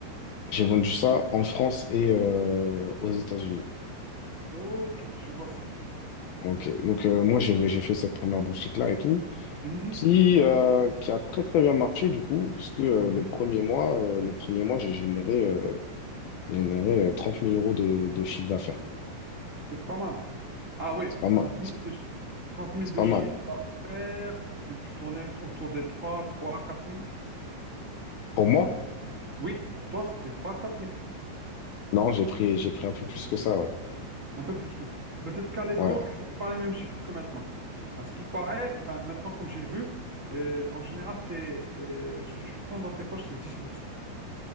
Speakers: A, on the left; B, on the right.
A: J'ai vendu ça en France et euh, aux États-Unis.
B: Ok, je vois ça.
A: Ok, donc euh, moi, j'ai j'ai fait cette première boutique-là et tout,
B: Mhm.
A: qui, euh, qui a très, très bien marché, du coup, parce que euh,
B: Mhm.
A: le premier mois, euh, le premier mois, j'ai généré, euh, généré euh, 30 000 euros de de chiffre d'affaires.
B: C'est pas mal. Ah oui,
A: C'est pas mal.
B: trente mille de, chi- 30 000
A: C'est
B: de
A: pas
B: chiffre
A: mal.
B: d'affaires, tu, tu tournais autour des trois trois quatre mille?
A: Pour moi,
B: Oui, pour toi, c'était trois quatre 000.
A: non, j'ai pris, j'ai pris un peu plus que ça, ouais.
B: Un peu plus que ça. Peut-être qu'à l'époque,
A: Ouais.
B: c'était pas les mêmes chiffres que maintenant. À ce qui paraît, enfin, maintenant, comme j'ai vu, euh, en général, c'est euh, ce que tu prends dans tes poches, c'est 10%.